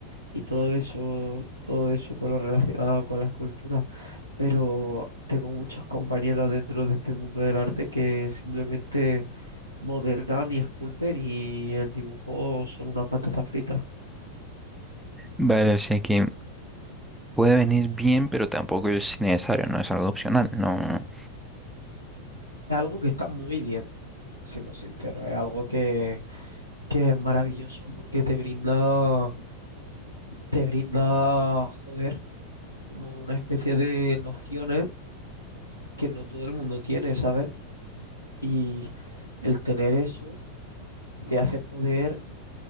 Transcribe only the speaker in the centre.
Vale, o sea que puede venir bien, pero tampoco es necesario, no es algo opcional, no.